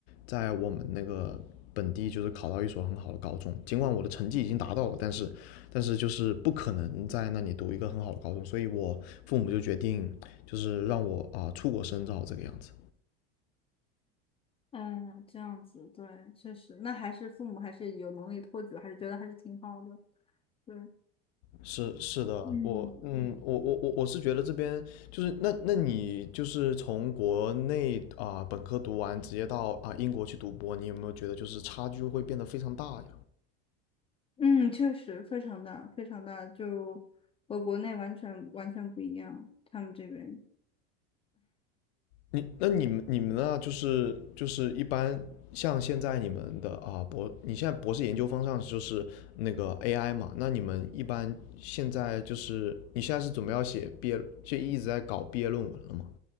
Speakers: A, on the left (about 75°); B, on the left (about 20°).
A: 在我们那个本地就是考到一所很好的高中。尽管我的成绩已经达到了，但是但是就是不可能在那里读一个很好的高中，所以我父母就决定就是让我啊、呃出国深造这个样子。
B: 嗯，这样子，对，确实，那还是父母还是有能力托举，还是觉得还是挺好的。对，
A: 是是的，
B: 嗯，
A: 我嗯，我我我我是觉得这边就是那那你就是从国内啊、本科读完，直接到啊、英国去读博，你有没有觉得就是差距会变得非常大呀？
B: 嗯，确实非常大，非常大，就和国内完全完全不一样，他们这边。
A: 你那你们你们呢？就是就是一般像现在你们的啊、博，你现在博士研究方向就是那个 AI 嘛？那你们一般现在就是你现在是准备要写毕业，就一直在搞毕业论文了吗？